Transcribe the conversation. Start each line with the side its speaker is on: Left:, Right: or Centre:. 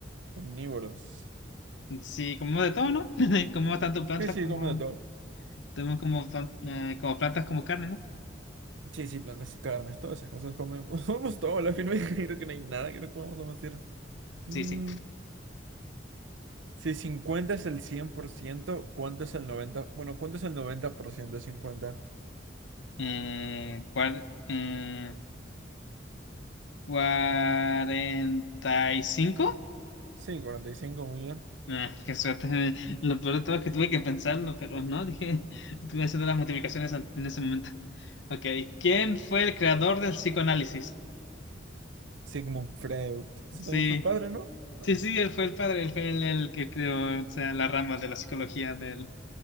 Right: Omnívoros.
Left: Sí, comemos de todo, ¿no? <laughs> Comemos tanto plantas
Right: Sí, sí,
Left: como,
Right: comen de todo.
Left: tenemos como, tan- eh, como plantas como carne, ¿no?
Right: Sí, sí, plantas y carnes, todas esas cosas comemos. <laughs> Comemos todo, a la firme. <laughs> Creo que no hay nada que no comamos a tierra. Mm,
Left: Sí, sí.
Right: Si 50 es el 100%, ¿cuánto es el 90? Bueno, ¿cuánto es el 90% de 50?
Left: Eh, cuar- eh, 45.
Right: Sí, 45 muy bien.
Left: Ah, qué suerte. <laughs> Lo peor de todo es que tuve que pensarlo, pero no, dije, <laughs> tuve que hacer las multiplicaciones al- en ese momento. <laughs> Ok, ¿quién fue el creador del psicoanálisis?
Right: Sigmund Freud. Ese
Left: Sí,
Right: también fue el padre, ¿no? No,
Left: sí, sí,
Right: sí.
Left: él fue el padre, él fue el, el que creó, o sea, la rama de la psicología del,